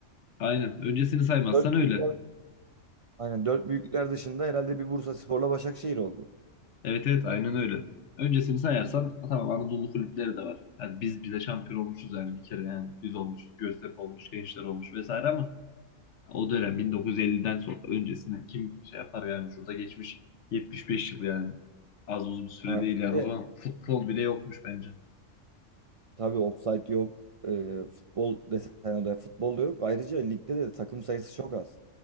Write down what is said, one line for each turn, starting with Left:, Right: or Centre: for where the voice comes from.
Left: aynen öncesini saymazsan
Right: 4
Left: öyle.
Right: büyükler. Aynen 4 büyükler dışında herhalde bir Bursaspor'la Başakşehir oldu.
Left: Evet evet aynen öyle. Öncesini sayarsan tamam Anadolu kulüpleri de var. Yani biz bize şampiyon olmuşuz yani bir kere yani biz olmuşuz. Göztepe olmuş, Gençler olmuş vesaire ama o dönem 1950'den sonra öncesine kim şey yapar yani şurada geçmiş 75 yıl yani. Az uzun bir süre
Right: Aynen.
Left: değil yani.
Right: Bir de
Left: O zaman futbol bile yokmuş bence.
Right: tabii offside yok. E, futbol desen oraya futbol da yok. Ayrıca ligde de takım sayısı çok az.